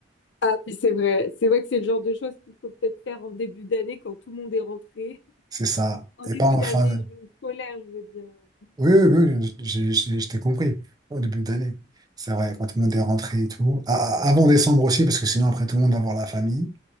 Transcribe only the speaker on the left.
Ah oui, c'est vrai. C'est vrai que c'est le genre de choses qu'il faut peut-être faire en début d'année quand tout le monde est rentré.
En
début
d'année
je- scolaire, je veux dire.